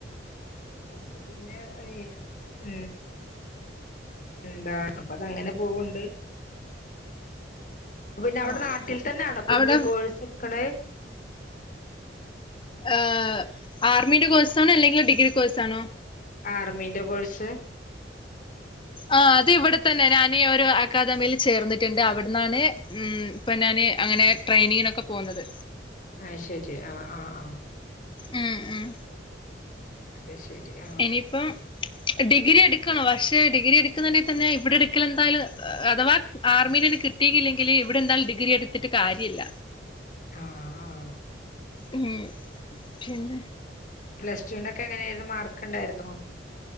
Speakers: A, on the left (about 45°); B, on the left (about 30°).
A: അപ്പൊ പിന്നെ ഇൻ ഉം എന്താ അപ്പതങ്ങനെ പോവ്ണ്ട് അപ്പപിന്നെ അവിടെ
B: ഓക്കെ
A: നാട്ടിൽ തന്നെണോപ്പൊ
B: അവിടെ
A: ഇഞ്ഞ് കോഴ്സ്ട്ക്ണേ?
B: ഏഹ് ആർമിന്റെ കോഴ്സാണോ? അല്ലെങ്കി ഡിഗ്രി കോഴ്സാണോ?
A: ആർമീന്റെ കോഴ്സ്
B: ആഹ് അത് ഇവിടെ തന്നെ ഞാന് ഒരു അക്കാദമിയിൽ ചേർന്ന്ട്ട്ണ്ട് അവ്ട്ന്നാണ് ഉം ഇപ്പനാന് അങ്ങനെ ട്രെെ നീനൊക്കെ പോവുന്നത്
A: അത് ശെരി ആഹ് ആഹ് ആഹ്
B: ഉം ഉം
A: അശരി ആഹ്
B: ഇനിയിപം ഡിഗ്രി എടുക്കണോ പശേ ഡിഗ്രി എടുക്കുന്നങ്കി തന്നെ ഇവിടെ എടുക്കൽ എന്തായാലു അതവാ ആർമിൽ കി ട്ടില്ലെങ്കില് ഇവിടെന്താലും ഡിഗ്രി എടുത്തിട്ട് കാര്യല്ല
A: ആഹാ ആഹാ
B: ഉം പിന്നെ
A: പ്ലസ്റ്റുവിന്റെക്കെ എങ്ങനേര്ന്നു മാർക്ക് ഇണ്ടായിര്ന്നോ